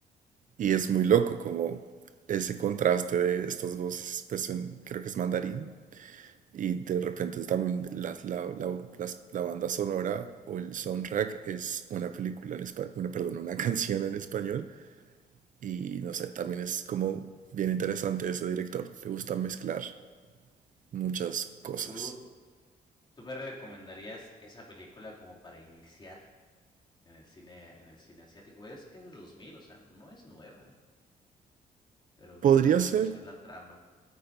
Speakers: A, on the right; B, on the left.
A: Y es muy loco, como ese contraste de estas voces, pues en- creo que es mandarín. Y de repente es también la, la, la- las- la banda sonora o el soundtrack es una película en español, una, perdón, una <laughs> canción en español. Y no sé, también es como bien interesante ese director. Le gusta mezclar muchas cosas.
B: ¿Tú, tú me recomendarías esa película como para iniciar en el cine, en el cine asiático. Es que es de 2000, o sea, no es nueva, pero me
A: Podría
B: llama la atención
A: ser,
B: la trama.